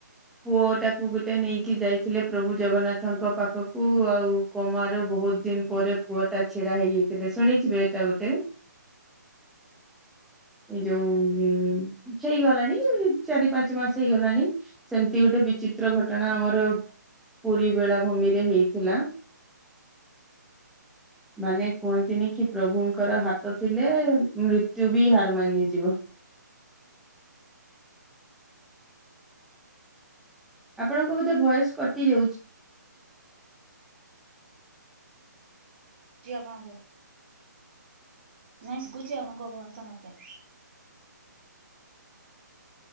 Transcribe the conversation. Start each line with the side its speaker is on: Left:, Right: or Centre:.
Centre: ପୁଅଟାକୁ ଗୋଟେ ନେଇକି ଯାଇଥିଲେ ପ୍ରଭୁ ଜଗନ୍ନାଥଙ୍କ ପାଖକୁ ଆଉ କୋମାରୁ ବହୁତ ଦିନ ପରେ ପୁଅଟା ଛିଡା ହେଇଯାଇଥିଲେ ଶୁଣିଥିବେ ଏଇଟା ଗୋଟେ ଏଇ ଯୋଉ ଉଁ ହେଇଗଲାଣି ଚାରି ପାଞ୍ଚ ମାସ ହେଇଗଲାଣି ସେମିତି ଗୋଟେ ବିଚିତ୍ର ଘଟଣା ଆମର ପୁରୀ ବେଳାଭୂମିରେ ହେଇଥିଲା। ମାନେ କୁହନ୍ତିନି କି ପ୍ରଭୁଙ୍କର ହାତ ଥିଲେ ମୃତ୍ୟୁ ବି ହାର ମାନିଯିବ। ଆପଣଙ୍କ ବୋଧେ ଭଏସ୍ କଟି ଯାଉଛି
Right: ଟି ଆପଣଙ୍କୁ ନାଇଁ ଶୁବୁଛି ଆପଣଙ୍କ ଭଏସ୍ ଟା ମୋତେ